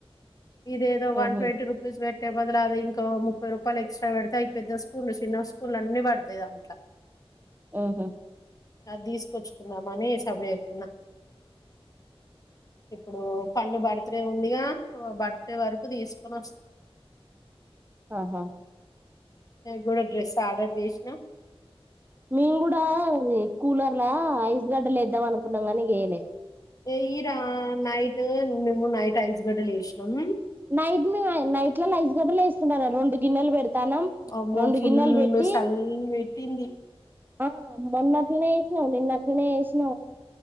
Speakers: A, on the left (about 35°); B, on the right (about 20°).
A: ఇదేదో వన్
B: ఉహు
A: ట్వంటీ రూపీస్ పెట్ వదలాది ఇంకా ముప్పై రూపాయలు ఎక్స్ట్రా పెడితే ఈ పెద్ద స్పూన్లు చిన్న స్పూన్లు అన్ని పడతాయి దాంట్లా
B: ఉహు
A: అద్దిసుకుచ్చ దమని సబరి చేతున్నా ఇప్పుడు పండు బర్త్డే ఉందిగా బర్త్డే వరకు తీసుకొని వస్తాం
B: ఆహా
A: డే గూడా డ్రెస్ ఆర్డర్ చేసినా
B: మేము గూడా కూలర్లా ఐస్ గడ్డలేద్దాం అనుకున్నాం గానీ యేయలే
A: ఏ ఈరా నైట్ మిమ్ నైట్ ఐసు గడ్లు ఏసీ సినాం
B: నైట్ మే నైట్లలఐస్ గడ్డలు వేస్తుంట రెండు గిన్నెలు పెడతానం
A: అమ్మో
B: రెండు
A: ఫుల్
B: గిన్నెలు పెట్టి
A: సల్ల్ పెట్టింది
B: ఆ మొన్న నిన్న వేసిన నిన్న అట్లానే వేసిన